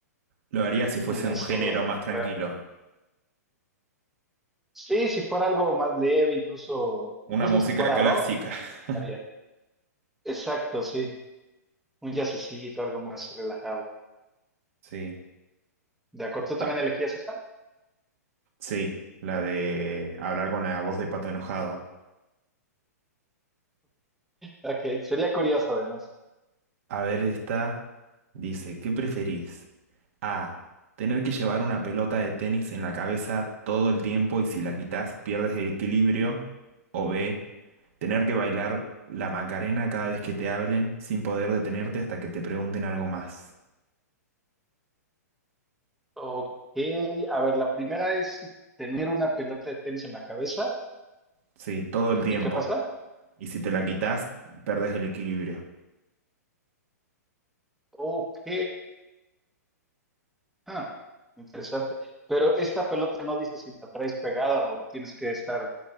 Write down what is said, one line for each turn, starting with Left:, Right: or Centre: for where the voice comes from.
Right: Lo haría si fuese
Centre: unas
Right: un género
Centre: rolas
Right: más
Centre: de correo.
Right: tranquilo.
Centre: Sí, si fuera algo más leve, incluso, incluso
Right: Una música
Centre: si fuera
Right: clásica.
Centre: rock,
Right: <laughs>
Centre: estaría. Exacto, sí. Un jazzcito, algo más relajado.
Right: Sí.
Centre: De acuerdo, ¿tú también
Right: Ah,
Centre: elegías esa?
Right: sí, la de hablar con la voz de pato enojado.
Centre: Ok, sería curioso además.
Right: A ver, esta dice, ¿qué preferís? A, tener que llevar una pelota de tenis en la cabeza todo el tiempo y si la quitas pierdes el equilibrio. O B, tener que bailar la Macarena cada vez que te hablen sin poder detenerte hasta que te pregunten algo más.
Centre: Ok, a ver, la primera es si tener una pelota de tenis en la cabeza.
Right: Sí, todo el tiempo.
Centre: ¿Y qué pasa?
Right: Y si te la quitas, perdes el equilibrio.
Centre: Ok. Ah, interesante. Pero esta pelota no dice si la traes pegada o tienes que estar